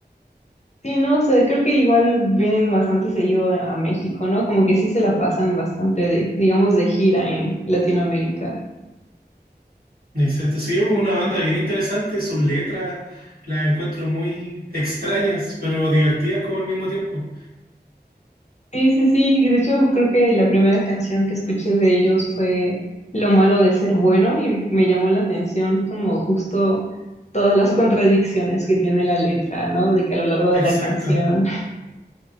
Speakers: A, on the left; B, on the right.
A: Sí, no, o sea, creo que igual vienen bastante seguido a México, ¿no? Como que sí se la pasan bastante de, digamos, de gira en Latinoamérica.
B: Exacto, sí, es una banda bien interesante, sus letras las encuentro muy extrañas, pero divertidas como al mismo tiempo.
A: Sí, sí, sí. y De hecho, creo que la primera canción que escuché de ellos fue Lo malo de ser bueno y me llamó la atención como justo todas las contradicciones que tiene la letra, ¿no? De que a lo largo de
B: Exacto,
A: la canción